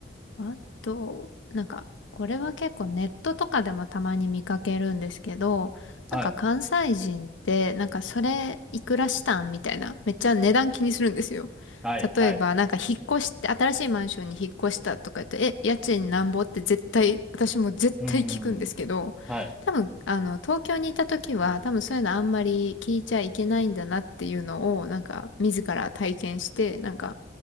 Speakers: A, on the left; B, in the centre.
A: あと、なんか、これは結構ネットとかでもたまに見かけるんですけど、
B: はい。
A: なんか関西人って、なんかそれいくらしたんみたいな、めっちゃ値段気にするんですよ。
B: はい、はい。
A: 例えば、なんか引っ越して、新しいマンションに引っ越したとか言って、え、家賃なんぼって絶対、私も絶対聞くんですけど、
B: うーん。はい、
A: 多分、あの、東京にいた時は、多分そういうのあんまり聞いちゃいけないんだなっていうのを、なんか、自ら体験して、なんか、